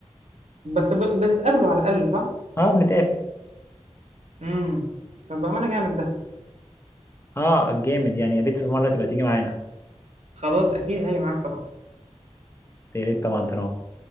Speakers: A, on the right (about 70°); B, on the left (about 20°).
A: بس ب... بتتقابلوا على الاقل صح
B: اه بنتقابل
A: امم طب بامانه جامد ده
B: اه جامد يعني يا ريت في مرة تبقى تيجي معانا
A: خلاص اكيد هاجي معاك طبعا
B: يا ريت طبعا تنور